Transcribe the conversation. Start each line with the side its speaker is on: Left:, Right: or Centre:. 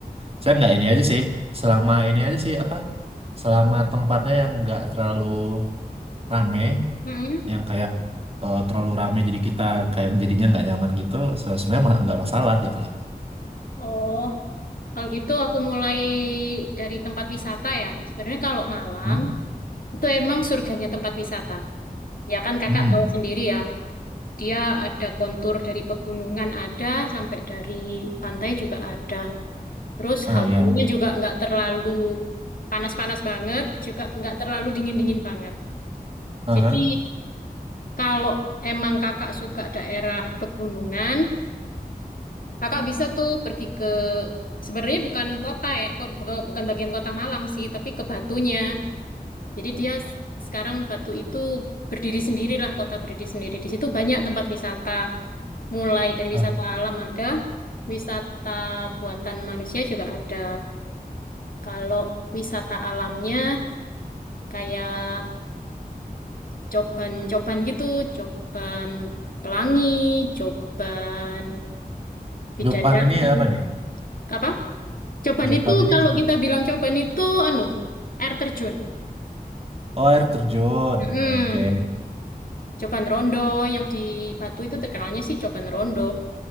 Right: saya nggak ini aja sih selama ini aja sih apa selama tempatnya yang nggak terlalu rame
Left: mm-mm.
Right: yang kayak eh, terlalu rame jadi kita kayak jadinya nggak nyaman gitu se- sebenarnya ma- nggak masalah gitu lah
Left: Oh, Kalau gitu aku mulai dari tempat wisata ya. Sebenarnya kalau Malang
Right: Hah?
Left: itu emang surganya tempat wisata. Ya kan kakak
Right: hmm
Left: tahu sendiri ya. Dia ada kontur dari pegunungan ada sampai dari pantai juga ada. Terus
Right: ah
Left: hawanya
Right: ya
Left: juga nggak terlalu panas-panas banget, juga nggak terlalu dingin-dingin banget.
Right: Aha.
Left: Jadi kalau emang kakak suka daerah pegunungan, kakak bisa tuh pergi ke sebenarnya bukan kota ya, kok- bu- bukan bagian kota Malang sih, tapi ke Batunya. Jadi dia s- sekarang Batu itu berdiri sendirilah, kota berdiri sendiri. Di situ banyak tempat wisata, mulai dari
Right: Ah,
Left: wisata alam ada, wisata buatan manusia juga ada. Kalau wisata alamnya kayak coban-coban gitu, coban pelangi, coban bidadari.
Right: Jopan ini apa nih
Left: Apa? Coban
Right: Jopan
Left: itu
Right: ini
Left: kalau
Right: apa?
Left: kita bilang coban itu anu, air terjun.
Right: oh air terjun
Left: Mm-mm.
Right: oke
Left: Coban rondo yang di Batu itu terkenalnya sih coban rondo.